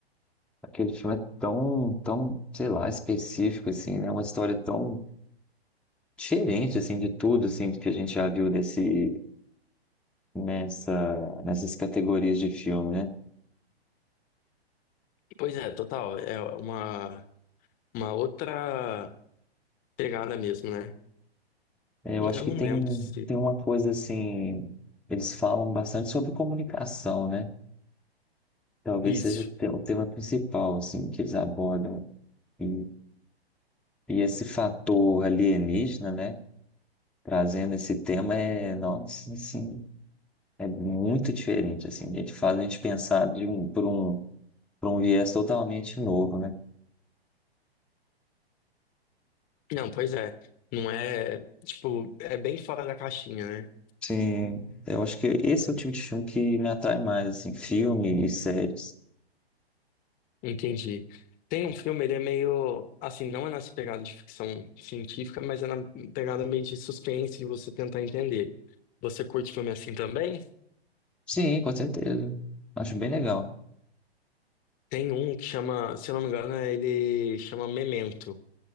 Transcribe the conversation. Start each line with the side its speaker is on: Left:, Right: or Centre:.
Centre: Aquele filme é tão, tão, sei lá, específico, assim, né? Uma história tão diferente, assim, de tudo, assim, que a gente já viu desse nessa, nessas categorias de filme, né?
Left: Pois é, total. É uma, uma outra pegada mesmo, né?
Centre: É,
Left: Eu
Centre: Eu acho que
Left: não
Centre: tem,
Left: lembro se.
Centre: tem uma coisa assim, eles falam bastante sobre comunicação, né? Talvez
Left: Isso.
Centre: seja o te- o tema principal, assim, que eles abordam. E, e esse fator alienígena, né? Trazendo esse tema é, nossa, assim, é muito diferente, assim. A gente faz a gente pensar de um, por um, por um viés totalmente novo, né?
Left: Não, pois é. Não é. Tipo, é bem fora da caixinha, né?
Centre: Sim, eu acho que esse é o tipo de filme que me atrai mais, assim, filme e séries.
Left: Entendi. Tem um filme, ele é meio. Assim, não é nessa pegada de ficção científica, mas é na pegada meio de suspense de você tentar entender. Você curte filme assim também?
Centre: Sim, com certeza. Acho bem legal.
Left: Tem um que chama. Se eu não me engano, é- ele chama Memento,